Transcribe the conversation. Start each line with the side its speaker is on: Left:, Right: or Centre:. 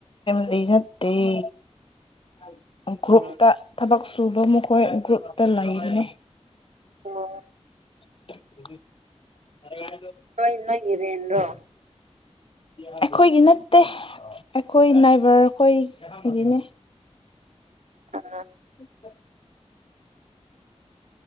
Left: ꯑꯇꯩ ꯅꯠꯇꯦꯒ꯭ꯔꯨꯞꯇ
Right: ꯑꯣ
Left: ꯊꯕꯛ ꯛ ꯁꯨꯕ ꯃꯈꯣꯏ ꯒ꯭ꯔꯨꯞꯇ ꯂꯩꯕꯅꯤ
Right: ꯑꯣ
Left: <inaudible>
Right: ꯀꯅꯣ ꯏꯔꯦꯅ꯭ꯔꯣ
Left: ꯑꯩꯈꯣꯏꯒꯤ ꯅꯠꯇꯦ ꯑꯩꯈꯣꯏ ꯅꯥꯏꯕꯔꯈꯣꯏꯒꯤꯅꯤ
Right: ꯑ
Left: p....